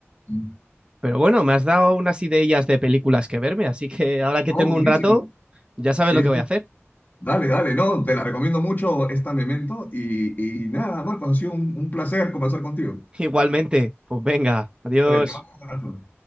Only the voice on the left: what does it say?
Mm.
Oh,
buenísimo.
Sí,
sí.
Dale, dale, no, te la recomiendo mucho esta Memento y, y nada, Marcos, ha sido un, un placer conversar contigo.
Vale, te mando un abrazo.